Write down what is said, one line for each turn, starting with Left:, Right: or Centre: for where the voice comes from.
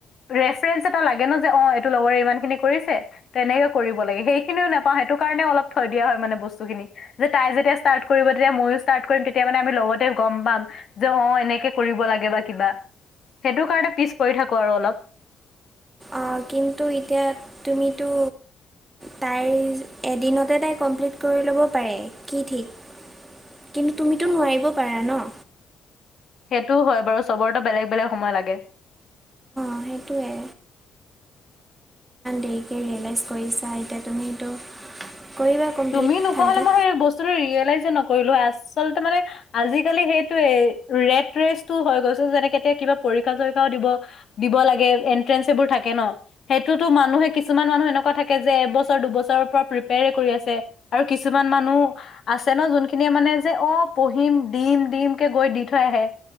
Left: ৰেফাৰেঞ্চ এটা লাগে ন যে অ এইটো লগৰে ইমান খিনি কৰিছে। তেনেকে কৰিব লাগে, সেইখিনিও নোপাওঁ সেইটো কাৰণে অলপ থৈ দিয়া হয় মানে বস্তুখিনি। যে তাই যেতিয়া ষ্টাৰ্ট কৰিব তেতিয়া ময়ো ষ্টাৰ্ট কৰিম তেতিয়া মানে আমি লগতে গম পাম। যে অ এনেকে কৰিব লাগে বা কিবা, সেইটো কাৰণে পিছ পৰি থাকো আৰু অলপ।
Right: অঁ কিন্তু এতিয়া তুমিতো। তাইৰ এদিনতে তাই কমপ্লিট কৰি ল'ব পাৰে কি ঠিক। কিন্তু তুমিতো নোৱাৰিব পাৰা ন।
Left: সেইটোও হয় বাৰু চবৰতো বেলেগ বেলেগ সময় লাগে।
Right: অঁ সেইটোৱে। দেৰিকে ৰিয়েলাইজ কৰিছা এতিয়া তুমি ত' কৰিবা। কমপ্লিট
Left: তুমি নোকোৱা
Right: ভালকৈ
Left: হলে মই সেই বস্তুটো ৰিয়েলাইজে নকৰিলো আচলতে মানে- আজিকালি সেইটোৱে ৰেড ৰেচটো হৈ গৈছে যেনেক এতিয়া কিবা পৰীক্ষা চৰিক্ষাও দিব। দিব লাগে এট্ৰেঞ্চবোৰ থাকে ন। সেইটোতো মানুহে কিছুমান মানুহ এনেকুৱা থাকে যে এবছৰ দুবছৰৰ পৰা প্ৰিপেয় কৰি আছে। ছে আৰু কিছুমান মানুহ- আছে ন, যোনখিনিয়ে মানে যে, অ পঢ়িম দিম দিমকে গৈ দি থৈ আহে।